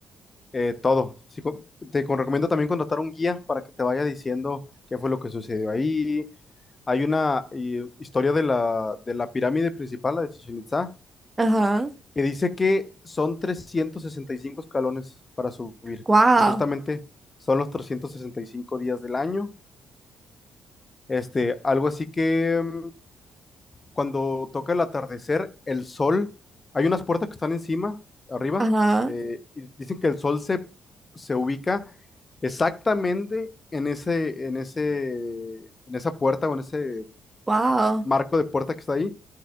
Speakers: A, on the left; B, on the right.
A: eh, todo. Sí, co- te con- recomiendo también contratar un guía para que te vaya diciendo qué fue lo que sucedió ahí, hay una eh, historia de la, de la pirámide principal, la de Chichen Itza,
B: Ajá.
A: que dice que son 365 escalones para subir,
B: Wow.
A: que justamente son los 365 días del año. Este, algo así que mm, cuando toca el atardecer, el sol, hay unas puertas que están encima, arriba,
B: Ajá.
A: eh, y dicen que el sol se, se ubica exactamente en ese, en ese, en esa puerta o en ese
B: Wow.
A: marco de puerta que está ahí,